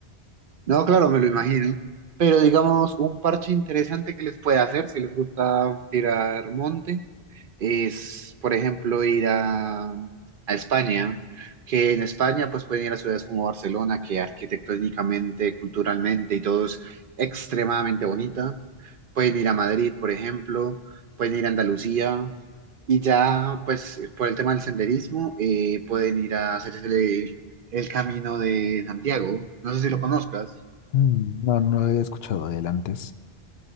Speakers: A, on the right (about 60°); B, on the left (about 70°).
A: No, claro, me lo imagino. Pero digamos, un parche interesante que les puede hacer si les gusta tirar monte es, por ejemplo, ir a, a España, que en España pues pueden ir a ciudades como Barcelona, que arquitectónicamente, culturalmente y todo es extremadamente bonita. Pueden ir a Madrid, por ejemplo, pueden ir a Andalucía y ya pues por el tema del senderismo eh, pueden ir a hacerse el el Camino de Santiago. No sé si lo conozcas.
B: Mm, No, no he escuchado de él antes.